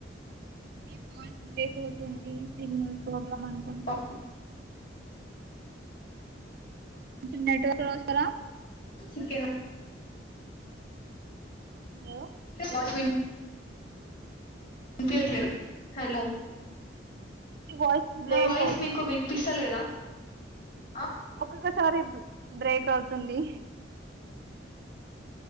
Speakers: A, on the right; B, on the left.
A: మీ వాయిస్ బ్రేక్ అవుతుంది సిగ్నల్ ప్రాబ్లమ్ అనుకుంటా
B: పప్పు
A: కొంచం నెట్ చూస్తరా
B: చికెన్
A: హలో
B: వయస్ విన్ వినిపియట్ లేదుహలో
A: మీ వాయిస్ బ్రేక్
B: నా వైస్ మీకు వినిపిస్తలేదా ఆ
A: ఒక సారి బ్రేక్ అవుతుంది